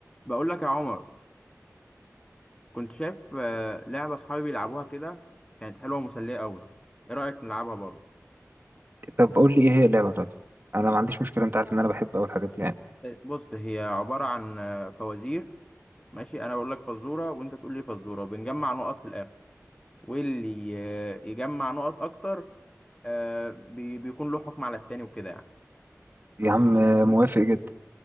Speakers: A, on the left (about 15°); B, on the right (about 35°).
A: بقول لك يا عمر كنت شايف آه، لعبة أصحابي بيلعبوها كده كانت حلوة ومسلية أوي إيه رأيك نلعبها برضه؟
B: طب قول لي ايه هي اللعبة طيب انا ما عنديش مشكلة انت عارف ان انا بحب اول حاجات دي يعني
A: بص هي عبارة عن آه، فوازير ماشي أنا بقول لك فزورة وأنت تقول لي فزورة وبنجمع نقط في الآخر واللي آه، يجمع نقط أكتر آه، بي- بيكون له حكم على التاني وكده يعني
B: يا عم آه، موافق جدا